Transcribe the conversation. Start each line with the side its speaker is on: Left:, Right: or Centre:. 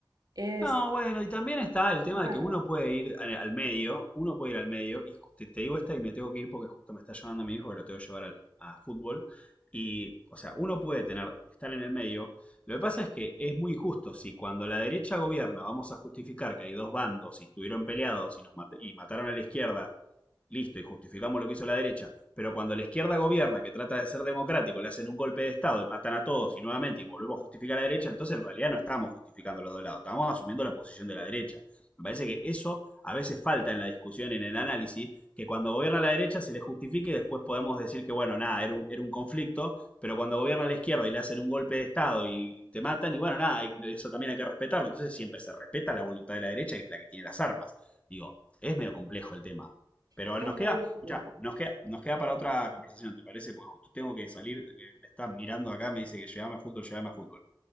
Right: es...
Left: No, bueno, y también está el tema
Right: Claro,
Left: de que uno puede ir al al medio, uno puede ir al medio, y te, te digo esta y me tengo que ir porque justo me está llamando mi hijo que lo tengo que llevar al, a fútbol, y, o sea, uno puede tener, estar en el medio, lo que pasa es que es muy injusto, si cuando la derecha gobierna vamos a justificar que hay dos bandos y estuvieron peleados y, nos mate- y mataron a la izquierda listo, y justificamos lo que hizo la derecha, pero cuando la izquierda gobierna, que trata de ser democrático, le hacen un golpe de Estado y matan a todos y nuevamente y volvemos a justificar a la derecha, entonces en realidad no estamos justificando los dos lados, estamos asumiendo la posición de la derecha. Me parece que eso a veces falta en la discusión, en el análisis, que cuando gobierna la derecha se le justifique y después podemos decir que, bueno, nada, era un, era un conflicto, pero cuando gobierna la izquierda y le hacen un golpe de Estado y te matan, y bueno, nada, eso también hay que respetarlo. Entonces siempre se respeta la voluntad de la derecha, que es la que tiene las armas. Digo, es medio complejo el tema. Pero
Right: es
Left: nos
Right: medio
Left: queda,
Right: complejo.
Left: ya, nos queda, nos queda para otra conversación, ¿te parece? Pues justo tengo que salir, eh, me está mirando acá, me dice que llegame a fútbol, llegame a fútbol.